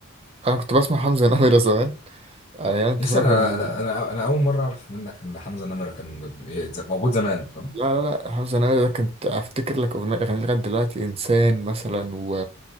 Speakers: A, on the right; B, on the left.
A: انا كنت بسمع حمزة نمرة <laughs> زمان يعني ايام الطفولة
B: يس انا
A: كان
B: انا انا أنا اول مره اعرف منك ان حمزه نمره كان ب- ب- موجود زمان فاهم
A: لا لا لا حمزة نمرة ده كنت افتكر لك اغنية اغاني لغاية دلوقتي انسان مثلا و